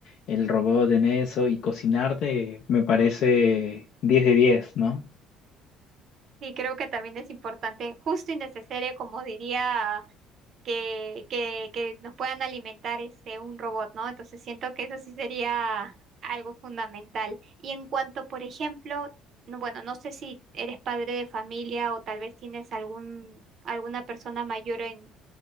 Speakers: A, on the left (about 55°); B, on the right (about 45°).
A: el robot en eso y cocinarte, me parece diez de 10, ¿no?
B: Sí, creo que también es importante, justo y necesario, como diría. que, que, que nos puedan alimentar este un robot, ¿no? Entonces siento que eso sí sería algo fundamental. Y en cuanto, por ejemplo, no, bueno, no sé si eres padre de familia o tal vez tienes algún, alguna persona mayor en,